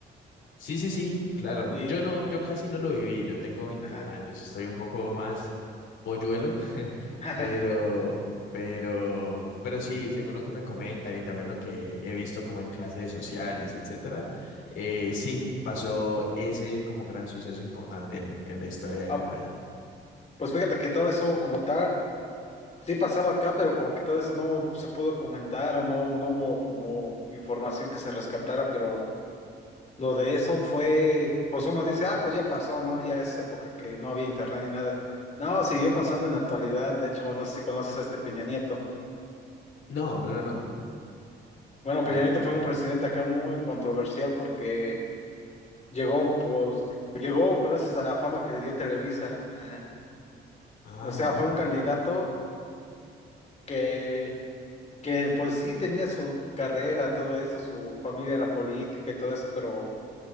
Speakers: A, on the left; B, on the left.
A: Sí, sí, sí, claro.
B: Y,
A: Yo no, yo casi no lo viví. Yo tengo veintiún
B: ajá.
A: años, estoy un poco más polluelo, <laughs>
B: <laughs>
A: pero, pero, pero sí, según lo que me comentan y también lo que he visto como en clases sociales, etcétera, eh, sí, pasó ese como gran suceso importante en, en la historia de
B: Ah,
A: mi país.
B: pues fíjate que todo eso como tal, sí pasaba acá, pero como que todo eso no se pudo comentar o no, no hubo como información que se rescatara, pero lo de eso fue, pues uno dice, ah, pues ya pasó, ¿no? Ya es época que no había internet ni nada. No, siguió pasando en la actualidad. De hecho, no sé si conoces a este Peña Nieto.
A: No, no, no, no.
B: Bueno, Peña
A: Eh,
B: Nieto fue un presidente acá muy controversial porque Llegó, pues, llegó gracias a la fama que le dio Televisa. Ajá.
A: ah.
B: O sea, fue un candidato que, que pues sí tenía su carrera, todo eso, su familia era política y todo eso, pero